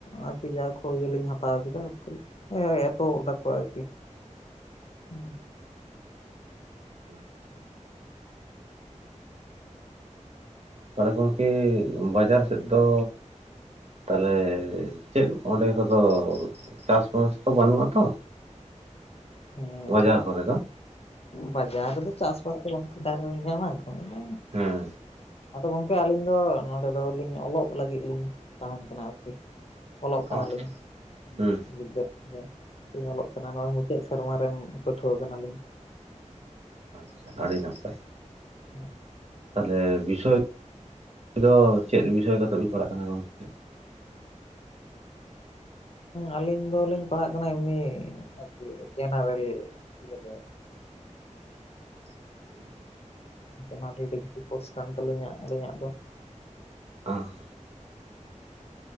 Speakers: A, on the left; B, on the right.
A: ᱟᱨᱠᱤ ᱡᱟ ᱠᱚ ᱤᱭᱟᱹ ᱞᱤᱧ ᱦᱟᱛᱟᱣ ᱠᱮᱫᱟ ᱠᱚ ᱦᱮᱸ ᱮᱛᱚᱦᱚᱵ ᱫᱟᱠᱚ ᱟᱨᱠᱤ, ᱦᱩᱸ
B: ᱟᱪᱪᱷᱟ, ᱛᱟᱦᱚᱞᱮ ᱜᱚᱝᱠᱮ ᱵᱟᱡᱟᱨ ᱥᱮᱫ ᱫᱚ, ᱛᱟᱦᱚᱞᱮ ᱪᱮᱫ ᱚᱸᱰᱮ ᱠᱚᱫᱚ ᱪᱟᱥ ᱵᱟᱥ ᱠᱚ ᱵᱟᱹᱱᱩᱜᱼᱟ ᱛᱚ
A: ᱦᱮᱸ
B: ᱵᱟᱡᱟᱨ
A: ᱟᱫᱚ
B: ᱠᱚᱨᱮ ᱫᱚ
A: ᱵᱟᱡᱟᱨ ᱨᱮᱫᱚ, ᱪᱟᱥᱵᱟᱥ ᱫᱚ ᱚᱠᱟᱨᱮᱵᱚᱱ ᱧᱟᱢᱟ ᱫᱚᱢᱮ ᱫᱚ,
B: ᱦᱮᱸ
A: ᱟᱫᱚ ᱜᱚᱝᱠᱮ ᱟᱹᱞᱤᱧ ᱫᱚ ᱱᱚᱸᱰᱮ ᱫᱚᱞᱤᱧ ᱚᱞᱼᱚᱜ ᱞᱟᱹᱜᱤᱫ ᱞᱤᱧ ᱛᱟᱦᱮᱱ ᱠᱟᱱᱟ ᱟᱨᱠᱤ, ᱚᱞᱚᱜ ᱠᱟᱱᱟᱞᱤᱧ
B: ᱟᱪᱪᱷᱟ
A: <unintelligible>
B: ᱦᱩᱸ
A: ᱦᱮ ᱚᱞᱚᱜ ᱠᱟᱱᱟ ᱱᱚᱜᱼᱚᱭ ᱢᱩᱪᱟᱹᱫ ᱥᱮᱨᱢᱟ ᱨᱮᱱ ᱯᱟᱹᱴᱷᱩᱣᱟᱹ ᱠᱟᱱᱟᱞᱤᱧ ᱾
B: ᱟᱪᱪᱷᱟ ᱟᱹᱰᱤ ᱱᱟᱯᱟᱭ,
A: ᱦᱮᱸ
B: ᱛᱟᱦᱚᱞᱮ ᱵᱤᱥᱚᱭ ᱫᱚ ᱪᱮᱫ ᱵᱤᱥᱚᱭ ᱠᱟᱛᱮᱫ ᱵᱤᱱ ᱯᱟᱲᱦᱟᱜ ᱠᱟᱱᱟ ᱜᱚᱢᱠᱮ?
A: ᱟᱹᱞᱤᱧ ᱫᱚᱞᱤᱧ ᱯᱟᱲᱦᱟᱜ ᱠᱟᱱᱟ ᱮᱢᱱᱤ ᱟᱨᱠᱤ ᱡᱮᱱᱟᱨᱮᱞ ᱤᱭᱟᱹ ᱨᱮ,
B: <inaudible>
A: ᱡᱮᱱᱟᱨᱮᱞ ᱰᱤᱜᱽᱨᱤ ᱠᱳᱨᱥ ᱠᱟᱱ ᱛᱟᱹᱞᱤᱧᱟ ᱟᱹᱞᱤᱧᱟᱜ ᱫᱚ,
B: ᱚᱸ